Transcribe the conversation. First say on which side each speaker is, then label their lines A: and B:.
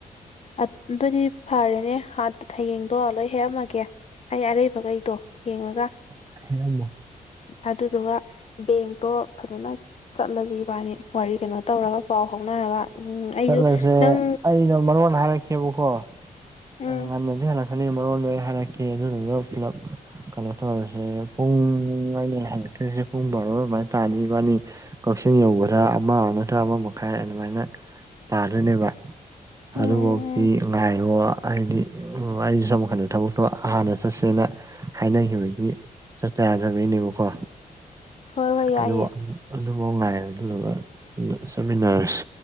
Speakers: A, on the left (about 45°); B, on the right (about 20°).
A: ꯑꯗꯨꯗꯤ ꯐꯔꯦꯅꯦ ꯍꯥꯠ ꯊꯌꯦꯡꯗꯣ ꯂꯣꯏ ꯍꯦꯛꯑꯝꯃꯒꯦ ꯑꯩ ꯑꯔꯩꯕꯈꯩꯗꯣ ꯌꯦꯡꯉꯒ
B: ꯍꯃꯣ
A: ꯑꯗꯨꯗꯨꯒ ꯕꯦꯡꯛꯇꯣ ꯐꯖꯅ ꯆꯠꯂꯁꯤ ꯏꯕꯥꯅꯤ ꯋꯥꯔꯤ ꯀꯩꯅꯣ ꯇꯧꯔꯒ ꯄꯥꯎ ꯐꯥꯎꯅꯔꯒ ꯎꯝ ꯑꯩꯁꯨ
B: ꯆꯠꯂꯁꯦ
A: ꯅꯪ
B: ꯑꯩꯗ‌ꯣ ꯃꯔꯣꯟ ꯍꯥꯏꯔꯛꯀꯦ ꯈꯪꯑꯦꯕꯀ‌ꯣ
A: ꯎꯝ
B: ꯉꯟꯅꯗꯤ ꯍꯜꯂꯛꯀꯅꯤ ꯃꯔꯣꯟꯗꯣ ꯑꯩ ꯍꯥꯏꯔꯛꯀꯦ ꯑꯗꯨꯗꯨꯒ ꯄꯨꯂꯞ ꯀꯩꯅꯣ ꯇꯧꯔꯁꯦ ꯄꯨꯡ ꯑꯩꯅ ꯍꯔꯛꯇꯣꯏꯁꯦ ꯄꯨꯡ ꯕꯥꯔꯣ ꯑꯗꯨꯃꯥꯏꯅ ꯇꯥꯅꯤ ꯋꯥꯅꯤ ꯀꯛꯆꯤꯡ ꯌꯧꯕꯗꯥ ꯑꯃ ꯅꯠꯇ꯭ꯔ ꯑꯃ ꯃꯈꯥꯏ ꯑꯗꯨꯃꯥꯏꯅ ꯇꯥꯗꯣꯏꯅꯦꯕ
A: ꯎꯝ
B: ꯑꯗꯨꯐꯥꯎꯤ
A: ꯎꯝ ꯎꯝ
B: ꯉꯥꯏꯔꯣ ꯍꯥꯏꯗꯤ ꯑꯩ ꯁꯝꯀꯟꯗ ꯊꯕꯛꯇꯣ ꯍꯥꯟꯅ ꯆꯠꯁꯦꯅ ꯍꯥꯏꯅꯈꯤꯕꯒꯤ ꯆꯠ ꯆ ꯌꯥꯗꯕꯩꯅꯦꯕꯀꯣ
A: ꯍꯣꯏ ꯍꯣꯏ ꯌꯥꯏꯌꯦ
B: ꯑꯗꯨꯕꯨ ꯑꯗꯨꯐꯥꯎ ꯉꯥꯏꯔꯗꯨꯂꯒ ꯆꯠꯃꯤꯟꯅꯔꯁꯤ